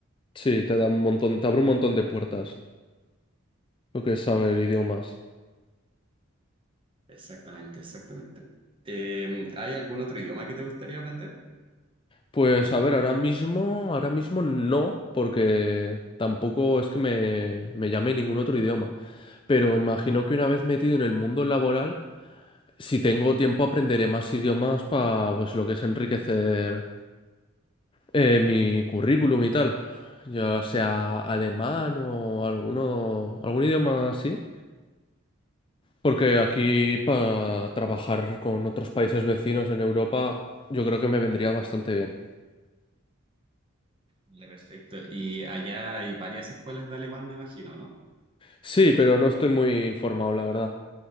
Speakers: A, on the left; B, on the right.
A: Sí, te da un montón, te abre un montón de puertas lo que es saber idiomas.
B: Exactamente, exactamente. Eh, ¿hay algún otro idioma que te gustaría aprender?
A: Pues a ver, ahora mismo, ahora mismo no, porque tampoco es que me, me llame ningún otro idioma. Pero imagino que una vez metido en el mundo laboral Si tengo tiempo aprenderé más idiomas para pues lo que es enriquecer eh, mi currículum y tal. Ya sea alemán o alguno, algún idioma así. Porque aquí para trabajar con otros países vecinos en Europa yo creo que me vendría bastante bien.
B: Le perfecto. Y allá hay varias escuelas de alemán, me imagino, ¿no?
A: Sí, pero no estoy muy informado, la verdad.